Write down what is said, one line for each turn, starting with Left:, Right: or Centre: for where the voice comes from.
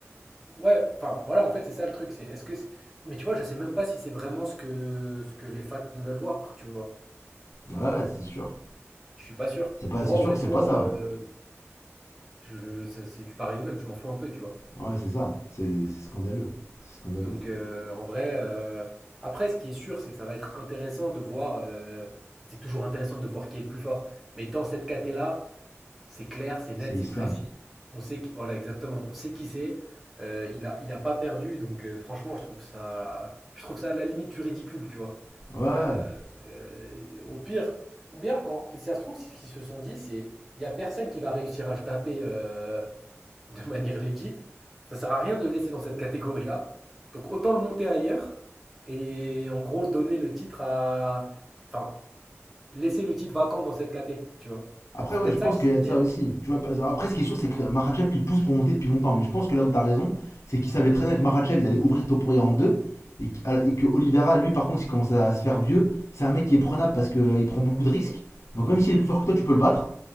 Centre: ouais, enfin, voilà, en fait, c'est ça le truc. C'est, est-ce que, c'est- mais tu vois, je sais même pas si c'est vraiment ce que ce que les fans veulent voir, tu vois.
Left: Ouais, ouais, c'est sûr.
Centre: Je suis pas sûr.
Left: C'est pas,
Centre: Moi,
Left: c'est sûr
Centre: honnêtement,
Left: que c'est pas ça.
Centre: euh, je, je- c'est c'est du pareil au même. Je m'en fous un peu, tu vois.
Left: Ouais, c'est ça. C'est c'est scandaleux. C'est scandaleux.
Centre: Donc euh, en vrai, euh, après ce qui est sûr, c'est que ça va être intéressant de voir, euh, c'est toujours intéressant de voir qui est le plus fort. Mais dans cette caté-là, c'est clair, c'est net,
Left: C'est Islam.
Centre: c'est précis. On sait qui, voilà, exactement, on sait qui c'est. Euh, il a, il a pas perdu, donc euh, franchement, je trouve ça, je trouve ça à la limite du ridicule, tu vois.
Left: Ouais.
Centre: Euh, euh, au pire, ou bien, en- ça se trouve, si ce qu'ils se sont dit, c'est, il y a personne qui va réussir à le taper euh, <laughs> de manière legit. Ça sert à rien de le laisser dans cette catégorie-là. Donc autant le monter ailleurs et en gros donner le titre à, enfin, laisser le titre vacant dans cette caté, tu vois.
Left: Après,
Centre: C'est
Left: ouais,
Centre: peut-être
Left: je pense
Centre: ça qu'ils
Left: qu'il
Centre: se sont
Left: y a
Centre: dit.
Left: de ça
Centre: hein.
Left: aussi. Tu vois, parce- après, ce qui est sûr, c'est que Makhachev, lui, il pousse pour monter depuis longtemps. Mais je pense que là où t'as raison, c'est qu'il savait très bien que Makhachev, il allait ouvrir Topuria en deux. Et qu'- à- et que Oliveira, lui, par contre, il commence à se faire vieux. C'est un mec qui est prenable parce qu'il prend beaucoup de risques. Donc, même s'il est plus fort que toi, tu peux le battre.